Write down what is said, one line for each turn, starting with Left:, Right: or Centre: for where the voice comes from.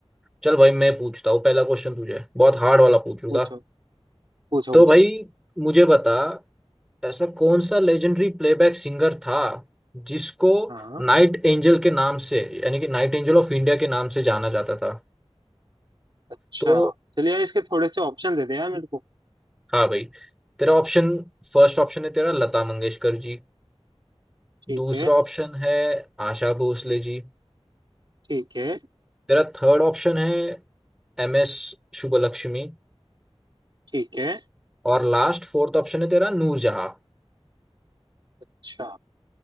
Centre: चल भाई मैं पूछता हूँ पहला क्वेश्चन तुझे बहुत हार्ड वाला पूछूंगा
Right: पूछो पूछो
Centre: तो
Right: पूछो
Centre: भाई मुझे बता ऐसा कौन सा लेजेंडरी प्लेबैक सिंगर था जिसको
Right: हाँ
Centre: नाइट एंजल के नाम से यानी कि नाइट एंजल ऑफ इंडिया के नाम से जाना जाता था
Right: अच्छा
Centre: तो
Right: चलिए यार इसके थोड़े से ऑप्शन दे दे यार मेरे को
Centre: हाँ भाई तेरा ऑप्शन फर्स्ट ऑप्शन है तेरा लता मंगेशकर जी
Right: ठीक
Centre: दूसरा
Right: है
Centre: ऑप्शन है आशा भोसले जी
Right: ठीक है
Centre: तेरा थर्ड ऑप्शन है एम एस शुभलक्ष्मी
Right: ठीक है
Centre: और लास्ट फोर्थ ऑप्शन है तेरा नूरजहां
Right: अच्छा